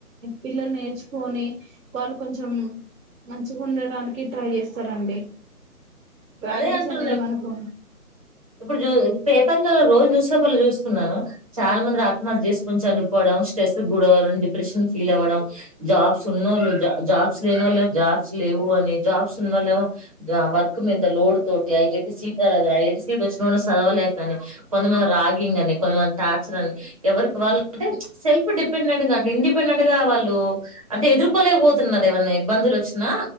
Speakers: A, on the right (about 65°); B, on the right (about 25°).
A: పిల్లలు నేర్చుకొని వాళ్ళు కొంచెం మంచిగుండడానికి ట్రై చేస్తారండి వాల్యూస్
B: అదే అంటుంది
A: అనేది
B: ఇప్పుడు
A: మనకు
B: ఇప్పుడు చు పే న్న రోజు న్యూస్ పేపర్ లో చూస్తున్నాను చాలా మంది ఆత్మహత్య చేసుకొని చనీపోవడం స్ట్రెస్ జాబ్స్ గుడ అవ్వడం డిప్రెషన్ ఫీల్ అవ్వడం జాబ్స్ ఉన్నోళ్ళ జాబ్స్ లేనోళ్లు జాబ్స్ లేవు అని జాబ్స్ ఉన్నోళ్ళమో జ వాల్ వర్క్ మీద లోడ్ తోటి అ హెడ్ సీట్ రాలేక అ సీట్ వచ్చిన చదవలేకని కొంతమంది రాగింగ్ అని కొంతమంది టార్చర్ అని ఎవరికి వాళ్ళు అంటే సెల్ఫ్ డిపెండెంట్ గా అంటే ఇండిపెండెంట్ గా వాళ్ళు అంటే ఎదుర్కోలేకపోతున్నారు ఏమైన్నా ఇబ్బందులు వచ్చినా